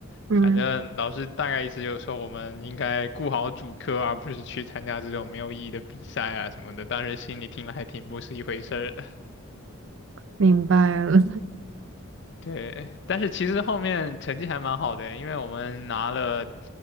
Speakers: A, on the right; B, on the left.
A: 嗯，
B: 反正老师大概意思就是说，我们应该顾好主科，而不是去参加这种没有意义的比赛啊什么的。当时心里听了还挺不是一回事儿的。
A: 明白了。
B: 对，但是其实后面成绩还蛮好的，因为我们拿了